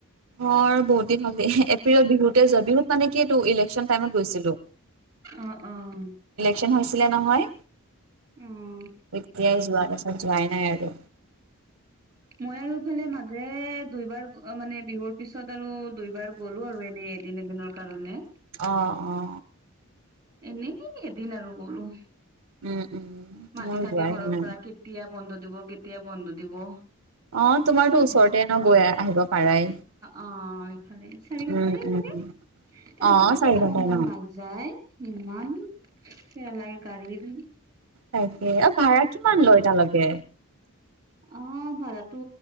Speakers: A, on the right; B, on the right.
A: অ বহুত দিন হ'লে এপ্ৰিলত বিহুতে যোৱা বিহুত মানে কি এইটো ইলেকশ্যন টাইমত। গৈছিলো
B: আহ আহ।
A: সেন হৈছিলে নহয়
B: অ
A: এতিয়াই যোৱা পাছত যোৱাই নাই আৰু।
B: মই আৰু এইফালে মাজে দুইবাৰ অ মানে বিহুৰ পিছত আৰু দুইবাৰ গ'লো আৰু এনেই এদিন এদিনৰ কাৰণে।
A: অ অ।
B: এনেই এদিন আৰু গ'লো।
A: উম উম
B: মাতি
A: মোৰ
B: থাকে
A: যোৱাই
B: ঘৰৰ
A: হোৱা নাই
B: পৰা কেতিয়া বন্ধ দিব কেতিয়া বন্ধ দিব। আহ
A: অ তোমাৰতো ওচৰতে ন গৈ আহিব পাৰাই
B: অ এইফালে চাৰি ঘণ্টা
A: উম উম।
B: তাৰ
A: অ
B: পিছতো
A: চাৰি
B: যাব
A: ঘন্টাই
B: মন
A: ন
B: নাযায় ইমান। নালাগে
A: তাকে আৰু ভাড়া কিমান লয় তালৈকে?
B: অ ভাৰাটো